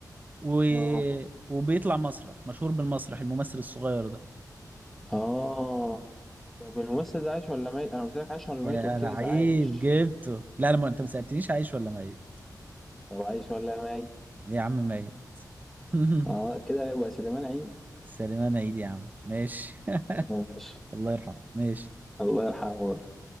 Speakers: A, on the right (about 25°); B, in the centre.
A: و...
B: اه
A: وبيطلع مسرح مشهور بالمسرح الممثل الصغير ده
B: اه طب الممثل ده عايش ولا ميت انا قلت لك عايش ولا ميت
A: يا
B: قلت
A: انا
B: لي
A: عيب
B: ده عايش
A: جبته لا انا ما انت ما سالتنيش عايش ولا ميت
B: طب عايش ولا ميت
A: يا عم ميت <laughs>
B: اه كده يبقى سليمان عيد
A: سليمان عيد يا عم ماشي <laughs>
B: آه، ماشي
A: الله يرحمه ماشي
B: الله يرحمه بقى.